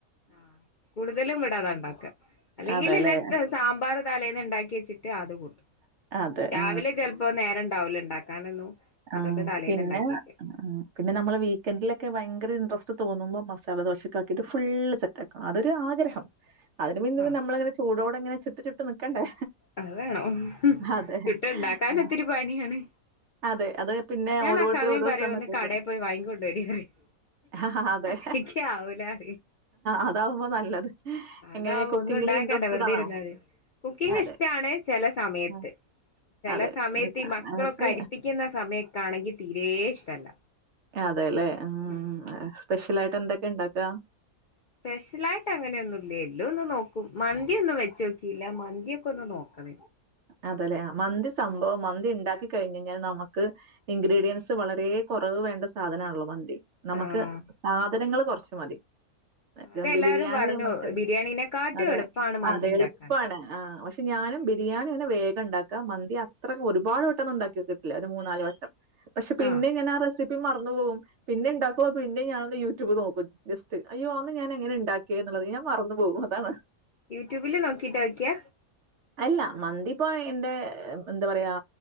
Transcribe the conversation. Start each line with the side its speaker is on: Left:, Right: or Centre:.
Left: ആഹ് കൂടുതലും ഇവിടാതാണ്ടാക്ക അല്ലെങ്കിലിന്നെ
Right: അതേല്ലേ!
Left: സാമ്പാർ തലേന്ന് ഇണ്ടാക്കി വെച്ചിട്ട് അത് കൂട്ടും
Right: അതെ.
Left: രാവിലെ
Right: ആ.
Left: ചിലപ്പോ നേരണ്ടാവൂല ഉണ്ടാക്കാനൊന്നും അതുകൊണ്ട്
Right: ആഹ്
Left: തലേന്ന്
Right: പിന്നെ
Left: ഉണ്ടാക്കിയേക്കും
Right: ആഹ് പിന്നെ നമ്മൾ വീക്കെൻഡിലൊക്കെ ഭയങ്കര ഇൻട്രസ്റ്റ് തോന്നുമ്പോ മസാലദോശയൊക്കെ ആക്കിയിട്ട് ഫുള്ള് സെറ്റ് ആക്കും അതൊരാഗ്രഹം അതിന് മുന്നെ
Left: ആഹ്
Right: പിന്നെ നമ്മളങ്ങനെ ചൂടോടെങ്ങനെ ചുട്ടു ചുട്ട് നിക്കണ്ടേ
Left: അത് വേണം
Right: അതെ.
Left: ചുട്ട് ഉണ്ടാക്കാൻ
Right: ആ
Left: ഒത്തിരി പണിയാണ്
Right: അതെ. അത് പിന്നെ
Left: ഞാൻ
Right: ഓരോരുത്തരും
Left: ആ സമയം
Right: ഓരോ
Left: പറയും
Right: സമയത്തേക്ക്
Left: ഒന്ന് കടയെ പോയി വാങ്ങിക്കൊണ്ടരി പറയും
Right: ആ അതെ
Left: എനിക്ക് ആവൂല പറയും
Right: അതാവുമ്പോ നല്ലത്
Left: അതാവുമ്പോ
Right: എങ്ങനെ കുക്കിംഗില്
Left: ഒന്നും ഉണ്ടാക്കണ്ട
Right: ഇൻട്രസ്റ്റഡ്
Left: വെറുതെ
Right: ആണോ?
Left: ഇരുന്നാതി കുക്കിങ്
Right: അതെ.
Left: ഇഷ് ട്ടാണ് ചെല സമയത്ത്
Right: ആ
Left: ചില
Right: അതെ.
Left: സമയത്ത് ഈ മക്കളൊക്കെ
Right: എന്നിട്ട്
Left: അരിപ്പി ക്കുന്ന സമയത്താണെങ്കി തീരെ ഇഷ്ടല്ല
Right: അതെല്ലെ ആഹ്
Left: ഉം
Right: സ്പെഷ്യൽ ആയിട്ട് എന്തൊക്കെ ഇണ്ടാക്കാ
Left: സ്പെഷ്യലായിട്ട് അങ്ങനെയൊന്നും ഇല്ലേ എല്ലോ ഒന്ന് നോക്കും മന്തി ഒന്നും വെച്ച് നോക്കിയില്ല മന്തി ഒക്കെ ഒന്ന് നോക്കണം
Right: അതലെ മന്തി സംഭവം മന്തി ഉണ്ടാക്കി കഴിഞ്ഞഴിഞ്ഞാൽ നമുക്ക് ഇൻഗ്രീഡിയൻറ്സ് വളരെ കുറവ് വേണ്ട സാധന ആണല്ലോ മന്തി നമുക്ക്
Left: ആഹ്
Right: സാധനങ്ങള് കൊറച് മതി ഗമ്പ്
Left: അതെല്ലാരും
Right: ബിരിയാണി
Left: പറഞ്ഞു
Right: നമ്മക്ക്
Left: ബിരിയാണീനെക്കാട്ടും
Right: അതെ
Left: എളുപ്പാണ് മന്തി
Right: അതെ
Left: ഇണ്ടാക്കാൻ
Right: എളുപ്പാണ് ആ പ പക്ഷെ ഞാനും ബിരിയാണി അങ്ങനെ വേഗണ്ടാക്ക മന്തി അത്ര ഒരുപാട് വട്ടം ഒന്നും ഇണ്ടാക്കി നോക്കിട്ടില്ല ഒരു മൂന്നാല് വട്ടം പക്ഷെ പിന്നെ
Left: ആഹ്
Right: ഞാൻ ആ റെസിപ്പി മറന്നു പോവും പിന്നെ ഇണ്ടാക്കുമ്പോ പിന്നെ ഞാൻ ഒന്ന് യൂട്യൂബ് നോക്കും ജസ്റ്റ് അയ്യോ അന്ന് ഞാൻ എങ്ങനെ ഉണ്ടാക്കിയ എന്നുള്ളത് ഞാൻ മറന്നു പോകും അതാണ്
Left: യൂട്യൂബില് നോക്കിയിട്ട വെക്ക്യ
Right: അല്ല മന്തിപ്പോ എന്റെ എന്താ പറയാ